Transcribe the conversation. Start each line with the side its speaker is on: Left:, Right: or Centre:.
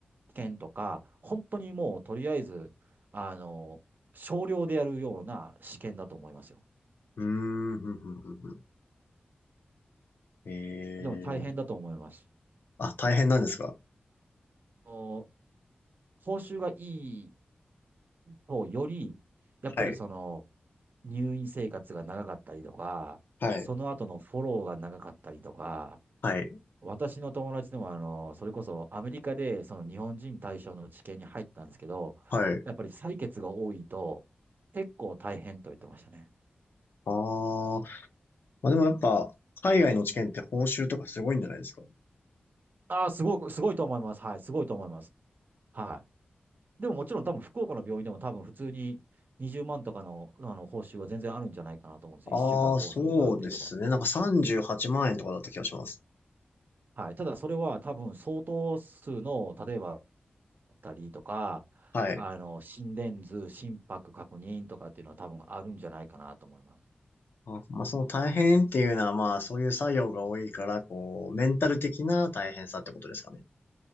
Right: 券とか、本当にもうとりあえず、あの、少量でやるような試験だと思いますよ。
Left: ーん。ふんふんふんふんええ
Right: でも大変だと思います。
Left: あ、大変なんですか
Right: お報酬がいいとより、やっぱりその、
Left: はい。
Right: 入院生活が長かったりとか、
Left: はい。
Right: その後のフォローが長かったりとか、
Left: はい。
Right: 私の友達でもあの、それこそアメリカでその日本人対象の治験に入ったんですけど、
Left: はい。
Right: やっぱり採血が多いと結構大変と言ってましたね。
Left: ああ、まあでもやっぱ、海外の知見って報酬とかすごいんじゃないですか
Right: ああ、すごく、すごいと思います。はい、すごいと思います。はい。でももちろん多分福岡の病院でも多分普通に20万とかの、あの報酬は全然あるんじゃないかなと思うんですよ。
Left: ああそうですね。
Right: 1週間拘束があってとか。
Left: なんか38万円とかだった気がします。
Right: はい。ただそれは多分相当数の、例えば、だったりとか、
Left: はい。
Right: あの、心電図、心拍確認とかっていうのは多分あるんじゃないかなと思います。
Left: あ、まあその大変っていうのはまあそういう作業が多いから、こう、メンタル的な大変さってことですかね。